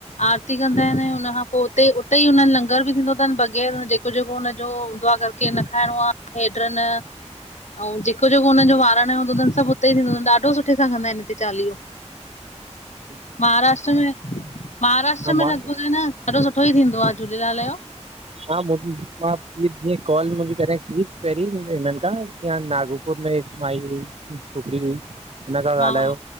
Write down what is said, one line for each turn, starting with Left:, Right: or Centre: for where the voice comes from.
Left: आरती कंदा इन, उन खां पो उते, उतेई उननि लंगर बि थींदो तन, बग़ैर जेको जेको हुनजो हूंदो आ अगर केर न खाइणो आ, हेड्र न, अऊं जे जेको जेको उननि जो वारण जो हूंदो तन, सभ उतेई थींदो तन, ॾाढो सुठे सां कंदा आहिन हिते चालीहो।
Right: ह <inaudible>
Left: महाराष्ट्र में महाराष्ट्र
Right: हा
Left: में
Right: मां
Left: लॻभॻि आ न ॾाढो सुठो ई थींदो आ, झूलेलाल जो।
Right: हा मां जी कॉल मुंहिंजी क ठीक पहिरीं हिननि खां नागपुर में हिकु माई हुई छोकिरी हुई, हुन खां
Left: हा
Right: ॻाल्हायो।